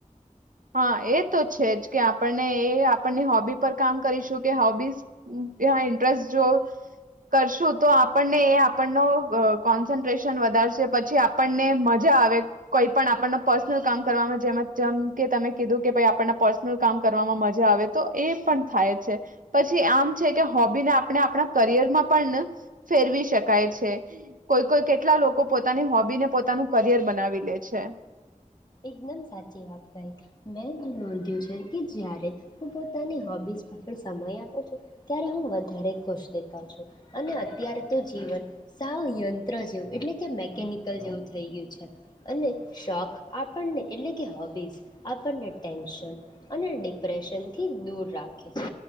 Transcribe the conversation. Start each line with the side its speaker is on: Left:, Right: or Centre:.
Right: હા એ તો છે જ કે આપણને એ આપણને હોબી પર કામ કરીશું કે હોબી ઇન્ટરેસ્ટ જો કરશું તો આપણને એ આપણનો કોન્સન્ટ્રેશન વધારશે પછી આપણને મજા આવે કોઈ પણ આપણને પર્સનલ કામ કરવામાં જેમ જેમ કે તમે કીધું કે ભાઈ આપણના પર્સનલ કામ કરવામાં મજા આવે તો એ પણ થાય છે, પછી આમ છે કે હોબીને આપણે આપણા કરિયરમાં પણ ફેરવી શકાય છે, કોઈ કોઈ કેટલા લોકો પોતાની હોબીને પોતાનું કરિયર બનાવી લે છે
Left: એકદમ સાચી વાત કરી મેં નોંધ્યું છે કે જ્યારે હું પોતાની હોબીસ પાછળ સમય આપું છું ત્યારે હું વધારે ખુશ દેખાવ છું. અને અત્યારે તો જીવન સાવ યંત્ર જેવું એટલે કે મેકેનિકલ જેવું થઈ ગયું છે. અને શોખ આપ આપણને એટલે કે હોબીઝ આપણને ટેન્શન અને ડિપ્રેશનથી દૂર રાખે છે.